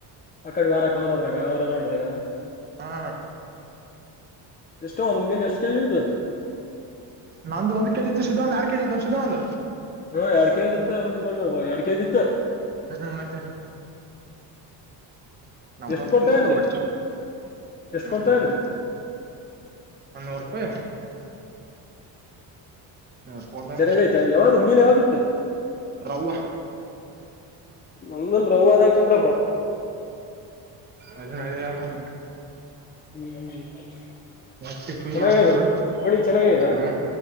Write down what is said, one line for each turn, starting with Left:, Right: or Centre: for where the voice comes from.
Left: ಅ ಕಡೆ ವಾರಕ ಅವ್ರೋದ್ರಾಗ ಅವ್ರ ನೋಡ್ರಾಗ
Right: ಹಾ
Left: ಎಷ್ಟೋ ಒಂದ್ ಮೀನ್ ಎಷ್ಟ್ ಕೆಜಿ ಇದು
Right: ನಂದು ಒಂದ್ ಕೆಜಿ ಇತ್ತು ತನ ಸ ದ ಅಧ
Left: ಹಾ ಎಡ್ ಕೆ ಜಿತ್ತ ಅವನ್ ತಗ ಹ ಎಡ್ ಕೆ ಜಿತ್ತ
Right: ಹ್ಮ ಮತ್ತೆ ನಂಬ
Left: ಎಷ್ಟ್ ಕೊಡ್ತಾವೇನ್ರಿ
Right: ಕೆತ್ತು ಪ
Left: ಎಷ್ಟ್
Right: ನಂಬತ್ತು
Left: ಕೊಡ್ತಾವೇನ್ರಿ
Right: ಒಂದು ಅನ್ನೂರು ರೂಪಾಯಿ ನೂರು ರೂಪಾಯಿ
Left: ಚರಿ
Right: ಅಷ್ಟೇ
Left: ಗಯತ ಯಾವದು ಮೀನ್ ಯವದು
Right: ರವ್ವ
Left: ನಮ್ದನ್ ರವದ ಅಂತಂದ್ರಪ್ಪ
Right: ಅದದ ಆಲ್ಲಾಮ
Left: ಹ್ಮ್
Right: ಮತ್ತ ಸೂಿ
Left: ಚೆನ್ನಾಗದು
Right: ಮಾಡಕೊತರ
Left: ಒಣಗ್ ಚೆನ್ನಾಗೈದ
Right: ಹ